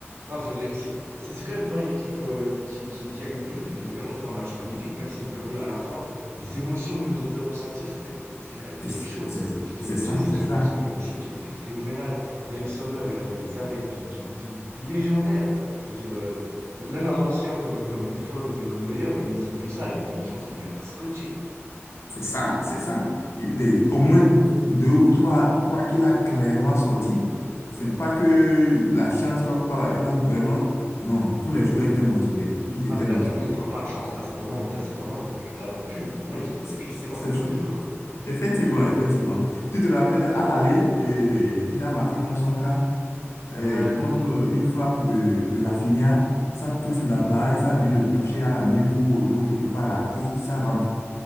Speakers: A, on the right; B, on the left.
A: Non, je veux dire, c'est c'est- c'est quand même pas une équipe euh, qui, qui, qui est rien du tout. Je veux dire, ils nous ont quand même offert un match magnifique. Même s'ils ont perdu à la fin, les émotions qu'ils nous ont fait ressentir, c'était, c'était quand même
B: c'est
A: quelque chose.
B: c'est-
A: Je veux dire,
B: c'est
A: les deux
B: ça,
A: équipes,
B: c'est ça.
A: ils ont eu un jeu qui était phénoménal. Yann Sommer, il a fait des arrêts de, de, de- de légendaires. Je veux dire, euh, m- même un ancien comme, comme Buffon ou bien comme Neuer, ils, ils ont vu ça. Ils, ils- je pense qu'ils devaient être scotchés.
B: C'est ça, c'est ça. Il est au moins deux ou trois, trois qu'il a clairement sorti. C'est pas que
A: Ah oui.
B: la chance, quoi, quoi. Il a vraiment. Non, tous les joueurs étaient motivés. Ils étaient
A: Ah, mais là,
B: motivés.
A: clairement, on parle pas de chance. Là, c'est vraiment, là, c'est vraiment du, du talent pur. Vraiment, ils ont été
B: C'est-
A: excellents,
B: c'est-
A: tous les joueurs.
B: Effectivement, effectivement. Tu te rappelles, à l'aller, eh, il a marqué contre son cas,
A: Ouais,
B: eh,
A: mais
B: contre
A: bon.
B: une frappe de, de Rafinha. Ça touche là-bas et ça vient le toucher à la nuque ou au dos, quelque part là, et ça rentre.